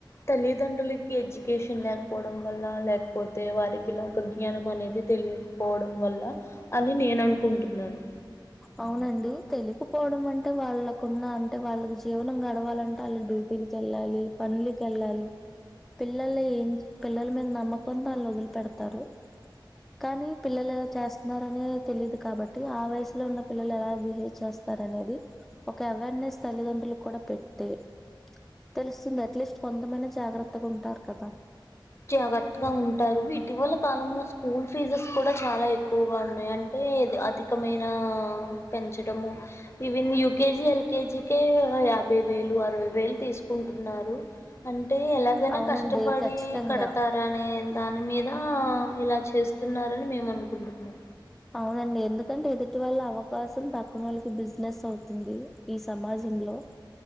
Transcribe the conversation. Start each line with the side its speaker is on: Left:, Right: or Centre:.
Left: తల్లిదండ్రులకి ఎడ్యుకేషన్ లేకపోవడం వల్ల లేకపోతే వారికి లోక జ్ఞానం అనేది తెలియదు పోవడం వల్ల అని నేను అనుకుంటున్నాను
Centre: అవునండి తెలికపోవడం అంటే వాళ్ళకున్న అంటే వాళ్ళకి జీవనం గడవాలంటే వాళ్ళ డ్యూటీలకి వెళ్ళాలి పనులు కెళ్ళాలి పిల్లలు పిల్లల మీద నమ్మకంతో వాళ్లు వదిలి పెడతారు కానీ పిల్లలు ఇలా చేస్తున్నారని తెలియదు కాబట్టి ఆ వయసు లో ఉన్న పిల్లలు ఎలా బిహేవ్ చేస్తారు అనేది ఒక అవేర్నెస్ తల్లిదండ్రులు కూడా పెడితే తెలుస్తుంది అట్లీస్ట్ కొంతమంది జాగ్రత్తగా ఉంటారు కదా
Left: జాగ్రత్తగా ఉంటారు ఇటీవల కాలంలో స్కూల్ ఫీజెస్ కూడా చాలా ఎక్కువగా ఉన్నాయి అ అంటే అది అధికమైన పెంచడము ఈవిన్ యుకేజి ఎల్కేజీ కే యాభై వేలు అరవై వేలు తీసుకుంటున్నారు అంటే ఎలాగైనా
Centre: అవునండి
Left: కష్టపడి
Centre: ఖచ్చితంగా
Left: అనే దాని మీద ఇలా చేస్తున్నారని మేము అనుకుంటున్నాం
Centre: అవునండి ఎందుకంటే ఎదుటి వాళ్ళ అవకాశం పక్కన వాళ్ళకి బిజినెస్ అవుతుంది ఈ సమాజంలో